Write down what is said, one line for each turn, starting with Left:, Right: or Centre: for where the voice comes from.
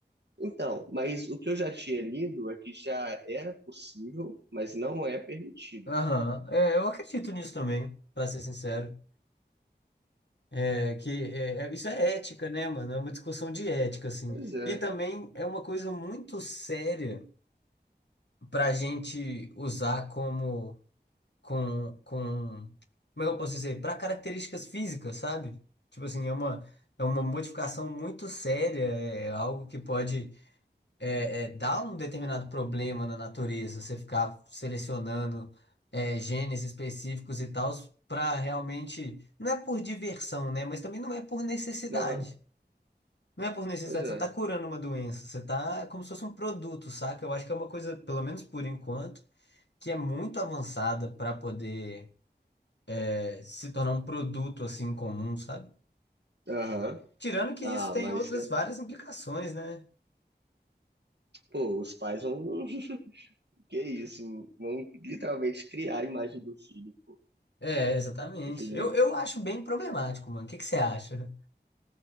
Right: Então, mas o que eu já tinha lido é que já era possível, mas não é permitido.
Left: Aham, é, eu acredito nisso também, pra ser sincero. É, que é, é- isso é ética, né, mano? É uma discussão de ética, assim.
Right: Pois é.
Left: E também é uma coisa muito séria pra gente usar como, com, com, como é que eu posso dizer? Pra características físicas, sabe? Tipo assim, é uma, é uma modificação muito séria, é algo que pode é, é, dá um determinado problema na natureza, você ficar selecionando é, genes específicos e tal, para realmente. Não é por diversão, né? Mas também não é por necessidade.
Right: Aham,
Left: Não é por necessidade,
Right: pois é.
Left: você não tá curando uma doença, você tá como se fosse um produto, saca? Eu acho que é uma coisa, pelo menos por enquanto, que é muito avançada para poder é, se tornar um produto assim comum, sabe?
Right: Aham.
Left: Tirando que
Right: Ah,
Left: isso tem
Right: mas
Left: outras
Right: é-
Left: várias implicações, né?
Right: pô, os pais vão. <laughs> Que isso? Vão literalmente criar a imagem do filho, pô.
Left: É, exatamente.
Right: O filho.
Left: Eu, eu acho bem problemático, mano. O que que você acha?